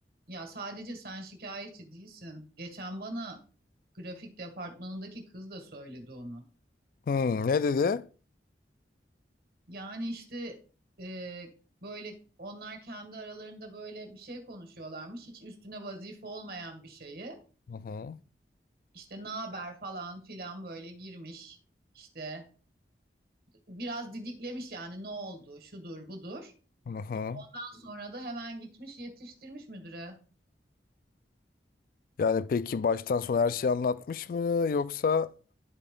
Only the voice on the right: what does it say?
Ya sadece sen şikayetçi değilsin. Geçen bana grafik departmanındaki kız da söyledi onu.
Yani işte e, böyle onlar kendi aralarında böyle bir şey konuşuyorlarmış. Hiç üstüne vazife olmayan bir şeyi.
İşte ne haber falan filan böyle girmiş. İşte biraz didiklemiş yani ne oldu şudur budur.
Ondan sonra da hemen gitmiş yetiştirmiş müdüre.